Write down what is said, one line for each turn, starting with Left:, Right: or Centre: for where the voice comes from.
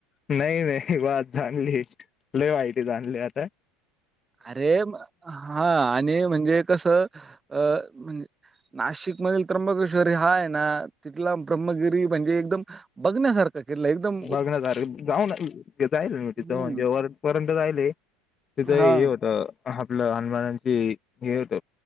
Left: नाहीं नाहीं बांस जानली लंय माहिती झाली आंता
Right: अरे हां आणि म्हणजे कसं अं म्हणजे नाशिक मधील त्र्यंबकेश्वर हां आहे नां तिथला ब्रम्मगिरी म्हणजे एकदंम बघण्यांसारखं के एकदंम
Left: बघण्यांसारख जाऊं जाईल मं तिथं
Right: हम्म
Left: म्हणजे वरं पर्यंत जाईल आहे तिथं
Right: हा
Left: हे होतं आपलं हनुमानांची हे होत